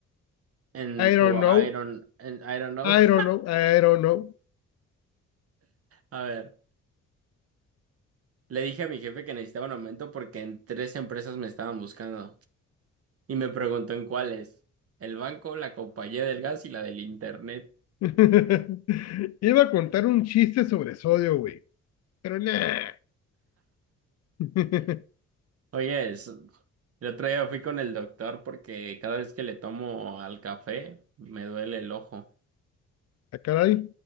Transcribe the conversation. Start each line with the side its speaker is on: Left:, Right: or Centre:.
Right: en
Left: I don't
Right: tu Iron,
Left: know,
Right: en Iron know.
Left: I
Right: <laughs>
Left: don't know, I don't know.
Right: A ver, le dije a mi jefe que necesitaba un aumento porque en tres empresas me estaban buscando. Y me preguntó en cuáles. El banco, la compañía del gas y la del internet.
Left: <laughs> Iba a contar un chiste sobre sodio, güey, pero nah. <laughs>
Right: Oye, es- el otro día fui con el doctor porque cada vez que le tomo al café me duele el ojo.
Left: ¿A caray?